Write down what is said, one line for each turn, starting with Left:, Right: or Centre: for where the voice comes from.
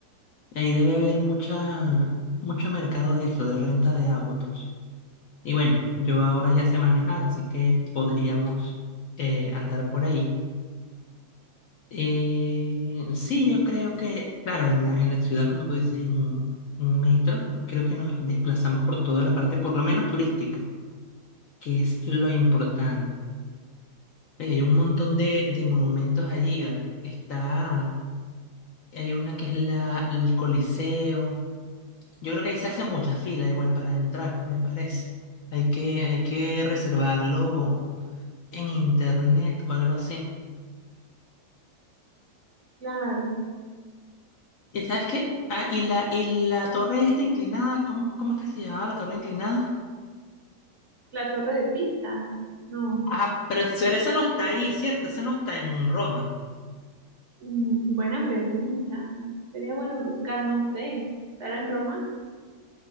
Left: Y Ahí debe haber mucha, mucho mercado de eso, de renta de autos. Y bueno, yo ahora ya sé manejar, así que podríamos eh, andar por ahí. Eh, sí, yo creo que, claro, en la, en la ciudad, como tú dices, en, en metro, creo que nos desplazamos por toda la parte, por lo menos turística, que es lo importante. Eh, Hay un montón de, de monumentos allí, ¿vale? Está, hay una que es la, el Coliseo. Yo creo que ahí se hace mucha fila igual para entrar, me parece. Hay que, hay que reservarlo en internet o algo así.
Right: Claro,
Left: ¿Y sabes qué? Ah, y la, y la torre esta inclinada, ¿cómo, cómo es que se llamaba la torre inclinada?
Right: la Torre de Pisa, no.
Left: Ah, pero, pero esa no está ahí, ¿cierto? Esa no está en Roma.
Right: Mm, Buena pregunta. Sería bueno buscar, no sé, ¿estará en Roma?